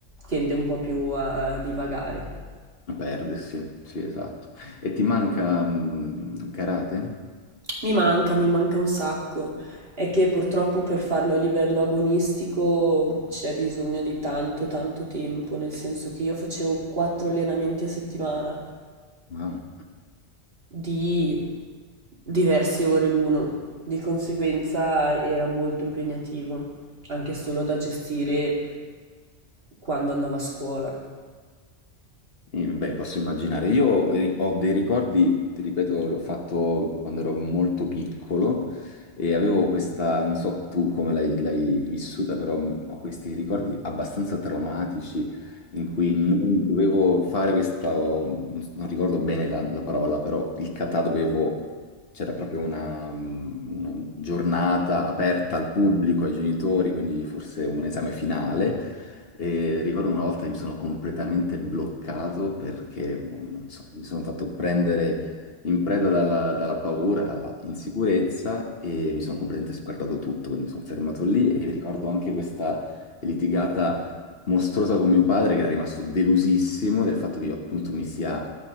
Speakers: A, on the right (about 55°); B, on the left (about 55°).
A: tende un po' più a divagare.
B: A perdersi, sì, esatto. E ti manca mm, karate?
A: Mi manca, mi manca un sacco. È che purtroppo per farlo a livello agonistico c'è bisogno di tanto, tanto tempo, nel senso che io facevo quattro allenamenti a settimana.
B: Wow.
A: di diverse ore l'uno, di conseguenza era molto impegnativo, anche solo da gestire quando andavo a scuola.
B: Eh, Beh, posso immaginare. Io eh, ho dei ricordi, ti ripeto, l'ho fatto quando ero molto piccolo e avevo questa, non so tu come l'hai l'hai vissuta, però mh, ho questi ricordi abbastanza traumatici in cui non dovevo fare questa, non non ricordo bene la, la parola, però il kata dovevo, c'era proprio una, mh, una giornata aperta al pubblico, ai genitori, quindi forse un esame finale. E ricordo una volta che mi sono completamente bloccato perché, boh, non so, mi sono fatto prendere in preda dalla, dalla paura, dalla insicurezza e mi sono completamente sguardato tutto, quindi mi sono fermato lì e ricordo anche questa litigata mostruosa con mio padre che era rimasto delusissimo del fatto che io appunto mi sia